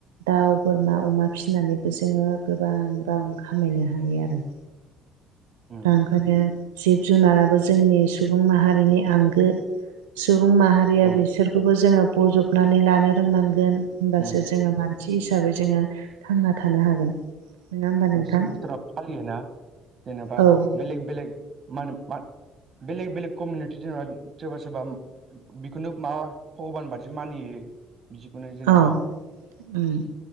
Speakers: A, on the right (about 85°); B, on the right (about 45°).
A: दाउ बोरमा अमा फिसिनानैबो जोङो गोबां रां खामायनो हायो आरो
B: उम
A: दा ओंखायनो जिब जुनाराबो जोंनि सुबुं माहारिनि आंगो सुबुं माहारिया
B: औ
A: बिसोरखौबो जोङो बजब नानै लानो रोंनांगोन होमबासो
B: उम
A: जोङो मानसि हिसाबै जोङो थांना थानो हागोन नङा होमबा नोंथां
B: सोरबा फालियोना जेनेबा
A: औ
B: बेलेग बेलेग मा होन मा बेलेग बेलेग कमिउनिटि जेनेबा सोरबा सोरबा बेखौनो माबा भगबान बादि मानियो बिदिखौनो जेनेबा
A: औ उम